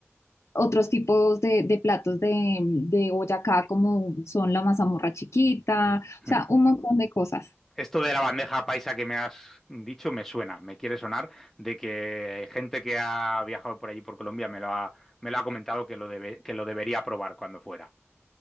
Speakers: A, on the left; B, in the centre.
A: otros tipos de, de platos de, de Boyacá como son la mazamorra chiquita, o
B: Mm.
A: sea, un montón de cosas.
B: Esto de la bandeja paisa que me has dicho me suena, me quiere sonar de que gente que ha viajado por allí por Colombia me lo ha, me lo ha comentado que lo debe- que lo debería probar cuando fuera.